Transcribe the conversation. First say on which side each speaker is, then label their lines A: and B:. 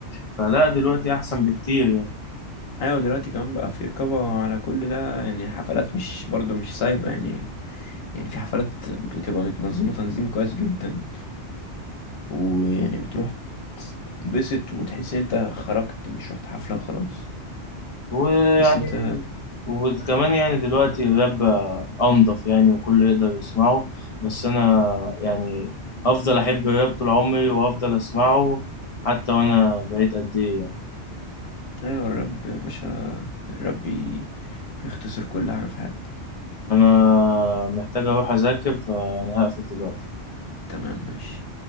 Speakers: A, on the left (about 40°); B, on the left (about 65°).
A: فلا دلوقتي أحسن بكتير يعني.
B: ايوه دلوقتي كمان بقى في رقابة على كل ده يعني الحفلات مش برضو مش سايبة يعني يعني في حفلات بتبقى متنظمة تنظيم كويس جدا ويعني بتروح تتبسط وتحس ان انت خرجت مش رحت حفلة وخلاص
A: ويعني
B: بس انت
A: وكمان يعني دلوقتي الراب بقى أنضف يعني وكله يقدر يسمعه بس أنا يعني هفضل أحب الراب طول عمري وهفضل أسمعه حتى وأنا بقيت قد إيه يعني
B: ايوه الرب يا باشا الرب بي- بيختصر كل حاجة في حياتك
A: أنا محتاج أروح أذاكر فأنا هقفل دلوقتي.
B: تمام ماشي